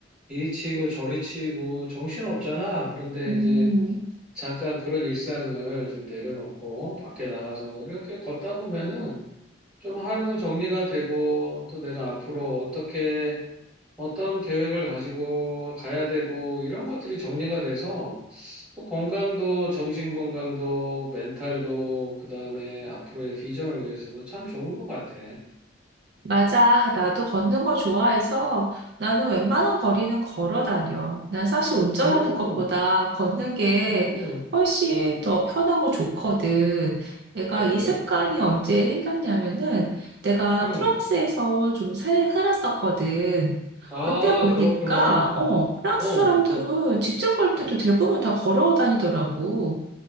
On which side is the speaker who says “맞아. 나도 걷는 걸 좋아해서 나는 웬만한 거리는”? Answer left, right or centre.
Right